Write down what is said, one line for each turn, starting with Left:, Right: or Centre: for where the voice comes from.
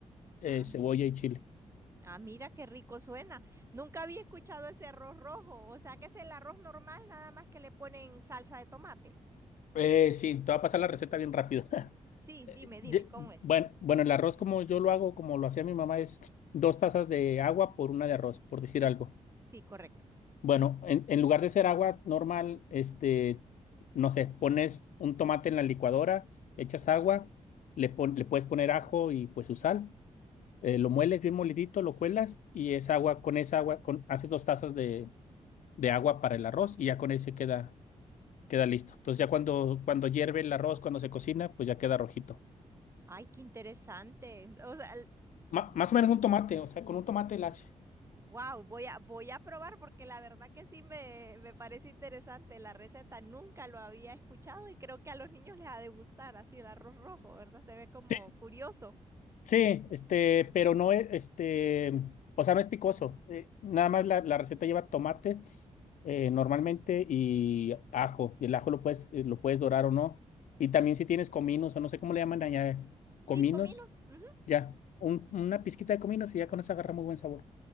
Left: eh,
Right: ah,
Left: cebolla y chile.
Right: ah, mira qué rico suena. Nunca había escuchado ese arroz rojo, o sea que es el arroz normal, nada más que le ponen salsa de tomate.
Left: Eh, sí, te va a pasar la receta bien rápido. <laughs>
Right: Sí,
Left: Eh,
Right: dime, dime,
Left: ye-
Right: ¿cómo es?
Left: Bueno, bueno, el arroz como yo lo hago, como lo hacía mi mamá, es dos tazas de agua por una de arroz, por decir
Right: Sí,
Left: algo.
Right: sí, correcto.
Left: Bueno, en, en lugar de ser agua normal, este, no sé, pones un tomate en la licuadora, le echas agua, le, pon- le puedes poner ajo y pues su sal, eh, lo mueles bien molidito, lo cuelas y esa agua, con esa agua, con, haces dos tazas de, de agua para el arroz y ya con ese queda, queda listo. Entonces ya cuando, cuando hierve el arroz, cuando se cocina, pues ya queda rojito.
Right: Ay, qué interesante. <laughs> O sea,
Left: Ma- más o menos un tomate, o sea, con un tomate la hace.
Right: wow, voy a, voy a probar porque la verdad que sí me, me parece interesante la receta. Nunca lo había escuchado y creo que a los niños les ha de gustar así el arroz rojo, ¿verdad? Se ve como
Left: Sí,
Right: curioso.
Left: sí, este, pero no es, este, o sea, no es picoso. Eh, nada más la, la receta lleva tomate eh, normalmente y ajo. Y el ajo lo puedes, eh, lo puedes dorar o no. Y también si tienes cominos, o no sé cómo le llaman allá, cominos,
Right: Sí, cominos. ujú.
Left: ya. Un- una pizquita de cominos y ya con eso agarra muy buen sabor.